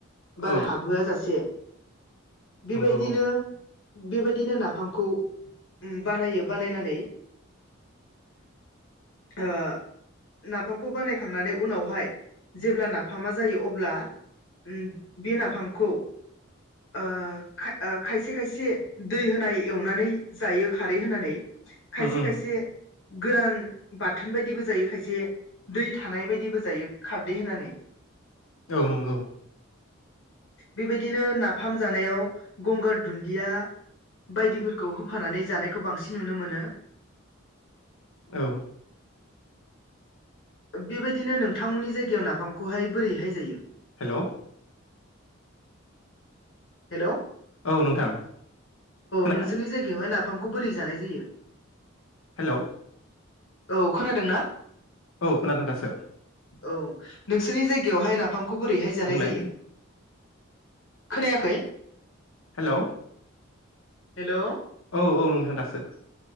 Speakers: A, on the left (about 65°); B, on the left (about 85°).
A: बार
B: औ
A: हाबहोआ जासे बेबायदिनो
B: नंगौ औ उम
A: बेबा बिदिनो नाफामखौ बानायो बानायनानै ओ नाफामखौ बानायखांनानै उनावहाय जेब्ला नाफामा जायो अब्ला उम बे नाफामखौ ओ खायसे खायसे दै होनाय एवनानै जायो खारै होनानै। खायसे
B: उम
A: खायसे गोरान बाथोन बायदिबो जायो खायसे दै थानाय बायदिबो जायो खारदै होनानै।
B: औ नंगौ।
A: बेबायदिनो नाफाम जानायाव गंगार दुन्दिया बायदिफोरखौ होफानानै जानायखौ बांसिन नुनो मोनो।
B: औ।
A: बेबायदिनो नोंथांमोननि जायगायाव नाफामखौहाय बोरैहाय जायो।
B: हेल'।
A: हेल'। औ
B: औ नोंथां खोना
A: नोंसोरनि जायगायावहाय ना नाफामखौ बोरै जानाय जायो?
B: हेल'।
A: औ खोनादों ना?
B: औ खोनादों दासो।
A: औ नोंसोरनि जायगायावहाय नाफाम खौ बोरैहाय जानाय
B: बुंलाय
A: जायो? खोनाया खै
B: हेलौ।
A: हेल'।
B: औ औ नोंथां दासो